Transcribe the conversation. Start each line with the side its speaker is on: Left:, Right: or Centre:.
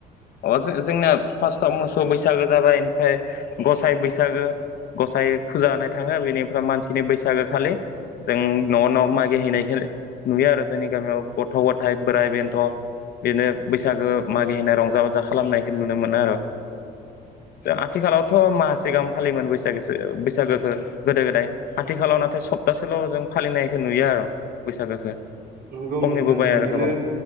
Left: अ जों जोंनाया फार्स्टआव मोसौ बैसागो जाबाय ओमफ्राय गसाइ बैसागो गसाइ फुजा होनाय थाङो बेनिफ्राय मानसिनि बैसागो खालि जों न'आव न' मागि हैनायखौ नुयो आरो जोंनि गामियाव गथ' गथाय बोराइ बेन्थ' बेनो बैसागो मागिहैनाय रंजा बाजा खालामनायखौ नुनो मोनो आरो आथिखालावथ' माहासे सिगाहाम फालियोमोन बैसागो बैसागोखौ गोदो गोदाय आथिखालाव नाथाय सप्तासेल' जों फालिनायखौ नुयो आरो बैसागोखौ
Right: नोंगौ
Left: खमनिबो
Right: नोंथां
Left: बाया
Right: बिदिनो
Left: आरो गोबां